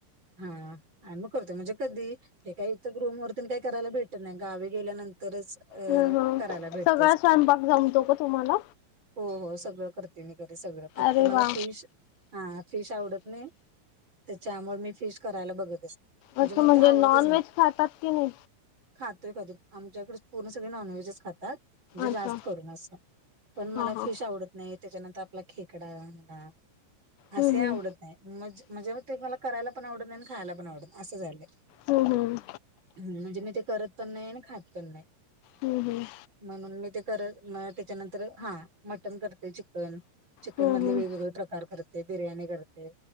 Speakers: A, on the right (about 25°); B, on the left (about 80°).
A: हा आणि मग करतोय म्हणजे कधी हे काय इथं रूम वरतेन काय करायला भेटत नाही गावी गेल्यानंतरच अ
B: हम्म हम्म
A: करायला भेट
B: सगळा स्वयंपाक जमतो का तुम्हाला?
A: हो हो सगळं करते मी घरी सगळं फक्त
B: अरे
A: मला
B: वा
A: फिश हा हा फिश आवडत नाही त्याच्यामुळे मी फिश करायला बघतच नाही.
B: असं
A: मला
B: म्हणजे
A: ते आवडतच
B: नॉनव्हेज
A: नाही.
B: खातात की ना
A: खातोय कधी आमच्याकडेच पूर्ण सगळे नॉनव्हेजच खातात. म्हणजे जास्त
B: अच्छा
A: करून असं पण मला
B: हा हा
A: फिश आवडत नाही नाही त्याच्यानंतर आपला खेकडा म्हणा असे
B: हम्म हम्म
A: आवडत म्हणजे मग ते मला करायला पण आवडत आणि खायला पण आवडत असं झालं
B: हम्म हम्
A: म्हणजे मी ते करत पण नाही आणि खात पण नाही
B: हम्म हम्
A: म्हणून मी ते करत त्याच्यानंतर हा मटण करते चिकन चिकन
B: हम्म
A: मधले वेगवेगळे
B: हम्म
A: प्रकार करते बिर्याणी करते